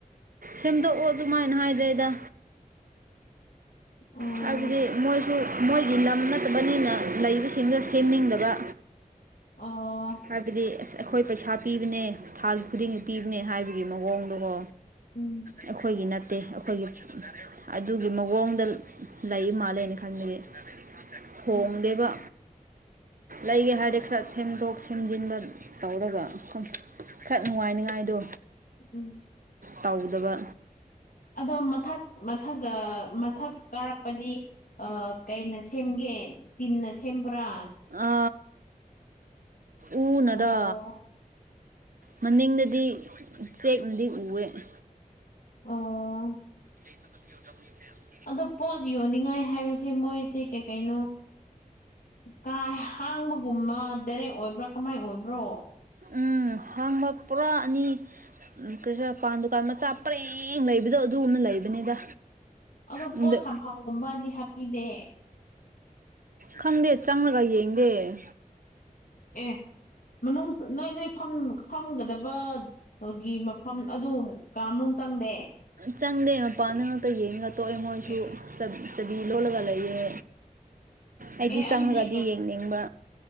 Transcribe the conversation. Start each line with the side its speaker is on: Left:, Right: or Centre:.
Right: ꯁꯦꯝꯝꯗꯣꯛꯑꯣ ꯑꯗꯨꯃꯥꯏꯅ ꯍꯥꯏꯗ꯭ꯔꯦꯗ
Left: ꯎꯝ
Right: ꯍꯥꯏꯕꯗꯤ ꯃꯣꯏꯁꯨ ꯃꯣꯏꯒꯤ ꯂꯝ ꯅꯠꯇꯕꯅꯤꯅ ꯂꯩꯕꯁꯤꯡꯗ ꯁꯦꯝꯅꯤꯡꯗꯕ
Left: ꯑꯣ
Right: ꯍꯥꯏꯕꯗꯤ ꯑꯁ ꯑꯩꯈꯣꯏ ꯄꯩꯁꯥ ꯄꯤꯕꯅꯦ ꯊꯥꯒꯤ ꯈꯨꯗꯤꯡꯒꯤ ꯄꯤꯕꯅꯦ ꯍꯥꯏꯕꯒꯤ ꯃꯑꯣꯡꯗꯀꯣ
Left: ꯎꯝ
Right: ꯑꯩꯈꯣꯏꯒꯤ ꯅꯠꯇ ꯅꯠꯇꯦ ꯑꯩꯈꯣꯏꯒꯤ ꯑꯗꯨꯒꯤ ꯃꯑꯣꯡꯗ ꯂꯩ ꯃꯥꯜꯂꯦꯅ ꯈꯟꯕꯒꯤ ꯍꯣꯡꯗꯦꯕ
Left: ꯎꯝ
Right: ꯂꯩꯒꯦ ꯍꯥꯏꯔꯗꯤ ꯈꯔ ꯁꯦꯝꯗꯣꯛꯁ ꯁꯦꯝꯖꯤꯟꯕ ꯇꯧꯔꯒ ꯈꯔ ꯅꯨꯡꯉꯥꯏꯅꯤꯉꯥꯏꯗꯣ
Left: ꯎꯝ
Right: ꯇꯧꯗꯕ
Left: ꯑꯗꯣ ꯃꯊꯛ ꯃꯊꯛꯒ ꯃꯊꯛ ꯀꯥꯔꯛꯄꯗꯤ ꯑ ꯀꯩꯅ ꯁꯦꯝꯒꯦ ꯇꯤꯟꯅ ꯁꯦꯝꯕ꯭ꯔꯥ
Right: ꯑ ꯎ ꯅꯔꯥ
Left: ꯑꯣ
Right: ꯃꯅꯤꯡꯗꯗꯤ ꯆꯦꯛꯅꯗꯤ ꯎꯑꯦ <unintelligible>
Left: ꯑꯣ
Right: <unintelligible>
Left: ꯑꯗꯣ ꯄꯣꯠ ꯌꯣꯟꯅꯤꯡꯉꯥꯏ ꯍꯥꯏꯕꯁꯦ ꯃꯣꯏꯁꯦ ꯀꯩ ꯀꯩꯅꯣ ꯀꯥ ꯍꯥꯡꯕꯒꯨꯝꯕ ꯗꯥꯏꯔꯦꯛ ꯑꯣꯏꯕ꯭ꯔꯥ ꯀꯃꯥꯏ ꯑꯣꯏꯕ꯭ꯔꯣ
Right: ꯎꯝ ꯍꯥꯡꯕ ꯄꯨꯔꯥ ꯑꯅꯤ ꯎꯝ ꯀ꯭ꯔꯤꯁꯅꯄꯥꯟ ꯗꯨꯀꯥꯟ ꯃꯆꯥ ꯄꯔꯦꯡ ꯂꯩꯕꯗꯣ ꯑꯗꯨꯒꯨꯝꯅ ꯂꯩꯕꯅꯤꯗ
Left: ꯑꯗꯨ
Right: ꯑꯗꯣ
Left: ꯄꯣꯠ ꯊꯝꯐꯝꯒꯨꯝꯕꯗꯤ ꯍꯥꯞꯄꯤꯗꯦ
Right: ꯈꯪꯗꯦ ꯆꯪꯂꯒ ꯌꯦꯡꯗꯦ <unintelligible>
Left: ꯑꯦ ꯃꯅꯨꯡ ꯅꯣꯏ ꯅꯣꯏ ꯐꯝꯒꯗꯕ ꯑꯗꯨꯒꯤ ꯃꯐꯝ ꯑꯗꯨ ꯀꯥꯃꯅꯨꯡ ꯆꯪꯗꯦ
Right: ꯆꯪꯗꯦ ꯃꯄꯥꯟ ꯗ ꯉꯥꯛꯛꯇ ꯌꯦꯡꯉꯒ ꯇꯣꯛꯑꯦ ꯃꯣꯏꯁꯨ
Left: ꯑꯦ
Right: ꯆꯕꯤ ꯂꯣꯜꯂꯒ ꯂꯩꯌꯦ ꯑꯩꯗꯤ
Left: ꯑꯦ
Right: ꯆꯪꯉꯒꯗꯤ
Left: ꯑꯗꯨꯗꯤ
Right: ꯌꯦꯡꯅꯤꯡꯕ